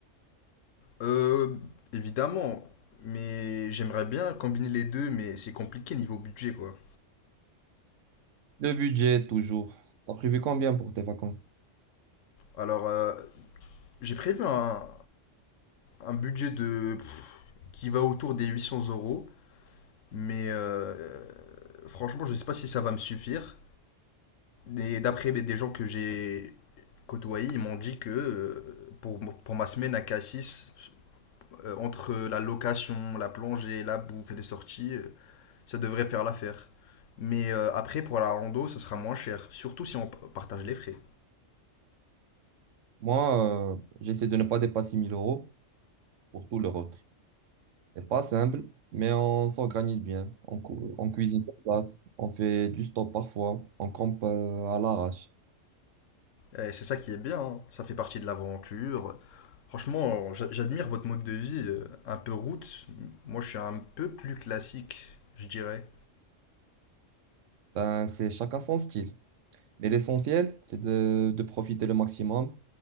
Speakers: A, on the left; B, on the right.
A: Euh, évidemment, mais j'aimerais bien combiner les deux, mais c'est compliqué niveau budget, quoi.
B: Le budget, toujours. T'as prévu combien pour tes vacances?
A: Alors, euh, j'ai prévu un, un budget de qui va autour des 800 euros, mais euh, franchement, je sais pas si ça va me suffire. Et d'après mais, des gens que j'ai côtoyés, ils m'ont dit que euh, pour, pour ma semaine à Cassis, euh, entre la location, la plongée, la bouffe et les sorties, euh, ça devrait faire l'affaire. Mais euh, après, pour la rando, ça sera moins cher, surtout si on p- partage les frais.
B: Moi, euh, j'essaie de ne pas dépasser 1000 euros pour tout le road trip. C'est pas simple, mais on s'organise bien. On, cou- on cuisine sur place, on fait du stop parfois, on campe euh, à l'arrache.
A: Et c'est ça qui est bien, hein. ça fait partie de l'aventure. Franchement, j'a- j'admire votre mode de vie, euh, un peu route. Moi, je suis un peu plus classique, je dirais.
B: Ben, c'est chacun son style. Mais l'essentiel, c'est de, de profiter le maximum.